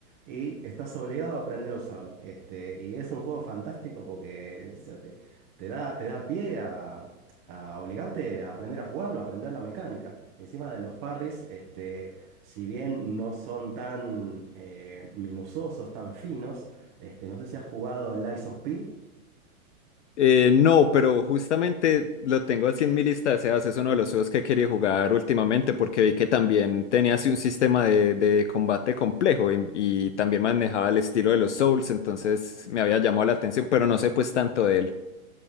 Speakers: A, on the right; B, on the left.
A: y estás obligado a aprender a usarlo. Este, y es un juego fantástico porque o sea, te, te da, te da pie a, a obligarte a aprender a jugarlo, a aprender la mecánica. Encima de los parries, este si bien no son tan eh, minuciosos, tan finos, este, no sé si has jugado el Lies of P.
B: Eh, no, pero justamente lo tengo así en mi lista de deseados, es uno de los juegos que quería jugar últimamente porque vi que también tenía así un sistema de, de combate complejo y, y también manejaba el estilo de los Souls, entonces me había llamado la atención, pero no sé pues tanto de él.